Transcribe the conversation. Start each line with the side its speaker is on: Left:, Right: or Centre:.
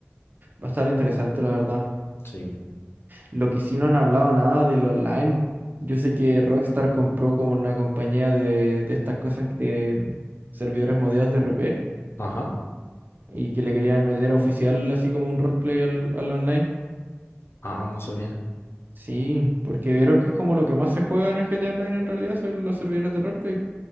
Right: Va a estar interesante, la verdad.
Left: Sí.
Right: Lo que sí no han hablado nada del online. Yo sé que Rockstar compró como una compañía de, de estas cosas que de servidores modeados de RP
Left: Ajá.
Right: y que le querían meter oficial así como un roleplay al, al online.
Left: Ah, no sabía.
Right: Sí, porque vieron que es como lo que más se juega en el GTA Online en realidad son los servidores de roleplay.